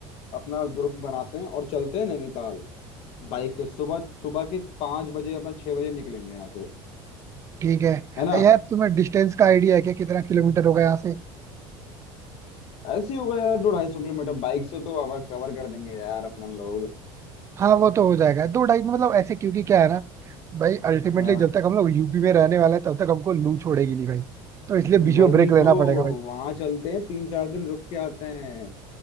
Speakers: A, on the left; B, on the right.
A: अपना ग्रुप बनाते हैं और चलते हैं नैनीताल बाइक से सुबह सुबह के पाँच बजे अपना छह बजे निकलेंगे यहाँ से
B: ठीक है
A: है ना
B: ए यार तुम्हें डिस्टेंस का आइडिया है क्या कितना किलोमीटर होगा यहाँ से
A: ऐसे ही होगा यार दो ढाई सौ किलोमीटर बाइक से तो अवर कवर कर देंगे यार अपना लोग
B: हाँ वो तो हो जाएगा दो ढाई में, मतलब ऐसे क्योंकि क्या है ना भाई अल्टीमेटली
A: हाँ
B: जब तक हम लोग यूपी में रहने वाले हैं तब तक हमको लू छोड़ेगी नहीं भाई तो इसलिए बीच
A: वही
B: में ब्रेक लेना
A: तो
B: पड़ेगा भाई
A: वहां चलते हैं तीन चार दिन रुक के आते हैं